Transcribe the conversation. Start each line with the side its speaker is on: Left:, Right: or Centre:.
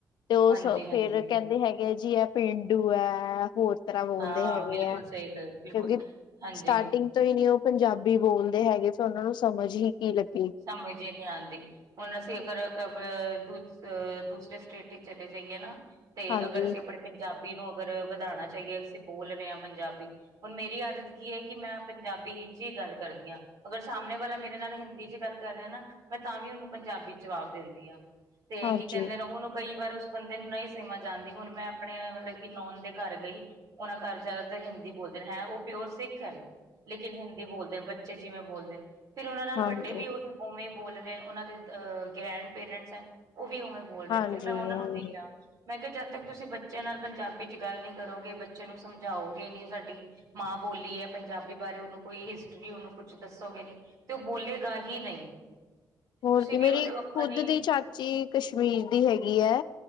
Left: ਤੇ ਉਹ
Right: ਹਾਂਜੀ-ਹਾਂਜੀ,
Left: ਸਭ ਫੇਰ ਕਹਿੰਦੇ ਹੈਗੇ ਆ ਜੀ ਇਹ ਪੇਂਡੂ ਹੈ ਹੋਰ ਤਰ੍ਹਾਂ ਬੋਲਦੇ
Right: ਹਾਂ
Left: ਹੈਗੇ
Right: ਬਿਲਕੁਲ
Left: ਹੈ
Right: ਸਹੀ
Left: ਕਿਉਂਕਿ
Right: ਗੱਲ, ਬਿਲਕੁਲ, ਹਾਂਜੀ।
Left: ਸਟਾਰਟਿੰਗ ਤੋ ਹੀ ਨਹੀਂ ਉਹ ਪੰਜਾਬੀ ਬੋਲਦੇ ਹੈਗੇ ਫਿਰ ਉਹਨਾਂ ਨੂੰ ਸਮਝ ਹੀ ਕੀ ਲੱਗੀ
Right: ਸਮਝ ਹੀ ਨਹੀਂ ਆਉਂਦੀ। ਹੁਣ ਅਸੀਂ ਅਗਰ ਦ ਅ ਦੂਸਰੇ ਸਟੇਟ ਚ ਚਲੇ ਜਾਈਏ ਨਾ ਤੇ
Left: ਹਾਂਜੀ
Right: ਅਗਰ ਅਸੀਂ ਆਪਣੇ ਪੰਜਾਬੀ ਨੂੰ, ਅਗਰ ਵਧਾਉਣਾ ਚਾਹੀਏ ਅਸੀਂ ਬੋਲ ਰਹੇ ਹਾਂ ਪੰਜਾਬੀ। ਹੁਣ ਮੇਰੀ ਆਦਤ ਕੀ ਹੈ ਕਿ ਮੈਂ ਪੰਜਾਬੀ ਵਿੱਚ ਹੀ ਗੱਲ ਕਰਦੀ ਹਾਂ ਅਗਰ ਸਾਹਮਣੇ ਵਾਲਾ ਮੇਰੇ ਨਾਲ ਹਿੰਦੀ ਗੱਲ ਕਰ ਰਿਹਾ ਨਾ ਮੈਂ ਤਾਂ ਵੀ ਉਹਨੂੰ ਪੰਜਾਬੀ ਜਵਾਬ ਦਿੰਦੀ ਹਾਂ ਤੇ
Left: ਹਾਂਜੀ
Right: ਕੀ ਕਹਿੰਦੇ ਨਾ ਉਹਨੂੰ ਕਈ ਵਾਰ ਉਸ ਬੰਦੇ ਨੂੰ ਨਹੀਂ ਸਮਜ ਜਾਂਦੀ ਹੁਣ ਮੈਂ ਆਪਣੇ ਮਤਲਬ ਕਿ ਨੌਨ ਦੇ ਘਰ ਗਈ ਉਹਨਾਂ ਘਰ ਜ਼ਿਆਦਾਤਰ ਹਿੰਦੀ ਬੋਲਦੇ ਨੇ ਹੈ ਉਹ ਪਿਓਰ ਸਿੱਖ ਹੈ, ਲੇਕਿਨ ਹਿੰਦੀ ਬੋਲਦੇ ਨੇ ਬੱਚੇ ਜਿਵੇਂ ਬੋਲਦੇ ਨੇ ਫਿਰ ਉਹਨਾਂ ਨਾਲ
Left: ਹਾਂਜੀ
Right: ਵੱਡੇ, ਵੀ ਉਹੀ ਉਵੇਂ ਬੋਲ ਰਹੇ ਉਹਨਾਂ ਦੇ ਅ ਗ੍ਰੈਂਡ ਪੇਰੈਂਟਸ ਹੈ ਉਹ ਵੀ ਉਵੇਂ, ਬੋਲਦੇ
Left: ਹਾਂਜੀ
Right: ਨੇ ਫਿਰ ਮੈਂ ਉਹਨਾਂ ਨੂੰ
Left: ਹਾਂਜੀ
Right: ਵੇਖਿਆ, ਮੈਂ ਕਿਹਾ ਜਦ ਤੱਕ ਤੁਸੀਂ ਬੱਚੇ ਨਾਲ ਪੰਜਾਬੀ ਚ ਗੱਲ ਨਹੀਂ ਕਰੋਗੇ ਬੱਚੇ ਨੂੰ ਸਮਝਾਓਗੇ ਨਹੀਂ ਸਾਡੀ, ਮਾਂ ਬੋਲੀ ਹੈ ਪੰਜਾਬੀ ਬਾਰੇ ਉਹਨੂੰ ਕੋਈ ਹਿਸਟਰੀ ਉਹਨੂੰ ਕੁਛ ਦੱਸੋਗੇ ਨੀ ਤੇ ਉਹ ਬੋਲੇ, ਗਾ ਹੀ ਨਹੀਂ,
Left: ਹੋਰ ਕੀ,
Right: ਵੀ
Left: ਮੇਰੀ
Right: ਉਹਦੇ ਵੱਕਰ
Left: ਖੁਦ
Right: ਨੀ
Left: ਦੀ ਚਾਚੀ ਕਸ਼ਮੀਰ ਦੀ ਹੈਗੀ ਐ।